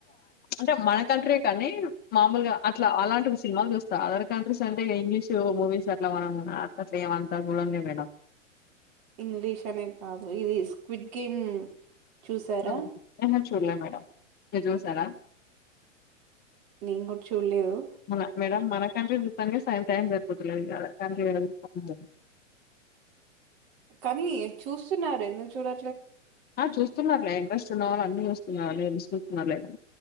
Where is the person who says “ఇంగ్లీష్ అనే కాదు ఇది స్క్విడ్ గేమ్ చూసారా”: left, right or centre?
Right